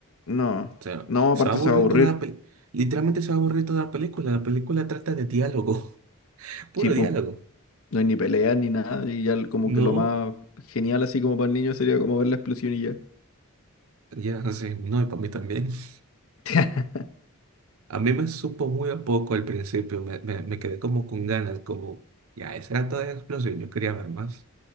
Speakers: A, on the left; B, on the right.
A: No,
B: O sea,
A: no, aparte
B: se va a aburrir
A: se va a aburrir,
B: toda la película. Literalmente se va a aburrir toda la película. La película trata de diálogo, <laughs> puro
A: tipo,
B: diálogo.
A: no hay ni pelea ni nada, y ya el- como
B: No,
A: que lo más genial así como para el niño sería como ver la explosión y ya.
B: ya, sí, no, y para mí también. <laughs>
A: <laughs>
B: A mí me supo muy a poco al principio, me, me, me quedé como con ganas, como, ya, esa era toda la explosión, yo quería ver más.